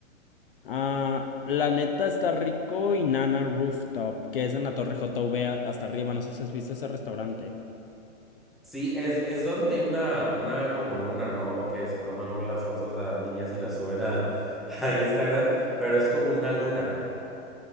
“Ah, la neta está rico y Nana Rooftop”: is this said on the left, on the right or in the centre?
Left